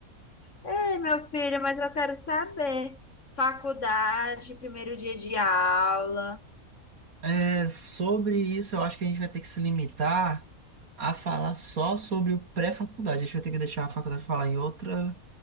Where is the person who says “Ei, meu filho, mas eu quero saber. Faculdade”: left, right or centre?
Left